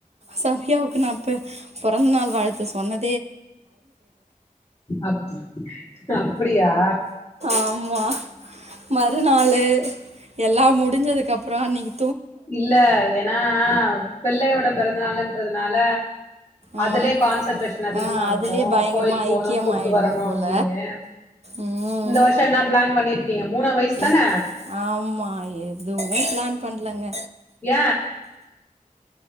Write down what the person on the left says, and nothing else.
அப் அப்பிடியா
இல்ல ஏன்னா பிள்ளையோட பிறந்த நாளுன்றதுனால
அதுலயே கான்சன்ட்ரேஷன் அதிகமா
இருக்கு
கோயில் போணு
கூப்புட்டு வரணு
அப்பிடின்னு
இந்த வருஷோ என்ன பிளான் பண்ணிருக்கீங்க மூணு வயசுதான
ஏ